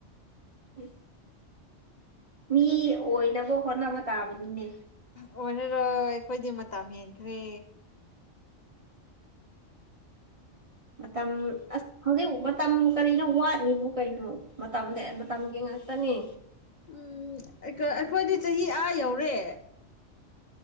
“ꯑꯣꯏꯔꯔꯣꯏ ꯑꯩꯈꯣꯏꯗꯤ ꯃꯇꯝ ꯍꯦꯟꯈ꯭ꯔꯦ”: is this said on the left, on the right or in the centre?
Left